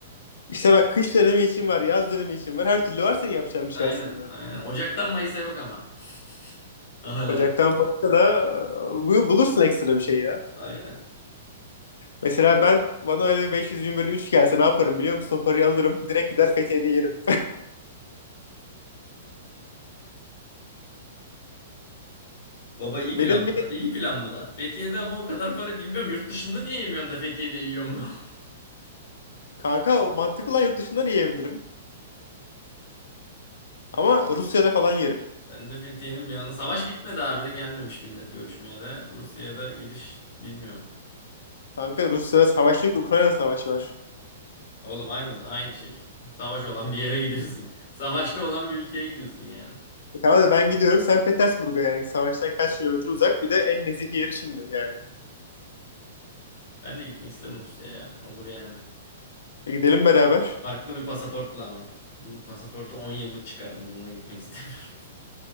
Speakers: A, on the left; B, on the left.
A: İşte bak kış dönemi için var, yaz dönemi için var. Her türlü var senin yapacağın bir
B: Aynen.
A: şey aslında.
B: Aynen. Ocaktan Mayıs'a yok ama. <laughs> Hala.
A: Ocaktan başka da e, bu- bulursun ekstra bir şey ya.
B: Aynen.
A: Mesela ben bana öyle bir 500 bin bölü 3 gelse ne yaparım biliyor musun? O parayı alırım. Direkt gider Fethiye'de yerim.
B: Baba iyi plan
A: Benim bir
B: bu da. İyi plan bu da. Fethiye'de ama o kadar para bilmiyorum. Yurt dışında niye yemiyorsun da Fethiye'de yiyor mu? <laughs>
A: kanka o mantıklı lan yurt dışından yiyebilirim. Ama Rusya'da falan yerim.
B: Ben de Fethiye'nin bir yanı. Savaş bitmedi abi. Gelmemiş millet görüşmeye de. Rusya'da gidiş bilmiyorum.
A: Kanka Rusya'da savaş yok. Ukrayna savaşı var.
B: Oğlum aynı aynı şey. Savaş olan bir yere gidiyorsun. <laughs> Savaşta olan bir ülkeye gidiyorsun yani.
A: E tamam da ben gidiyorum. Sen Petersburg'a yani. Savaştan kaç kilometre uzak. Bir de en nezih yeri şimdi yani.
B: Ben de gitmek isterim Rusya'ya. Olur yani.
A: E gidelim beraber.
B: Farklı bir pasaportla ama. Bu pasaportu 10 yıllık çıkardım. Bununla gitmek istemiyorum.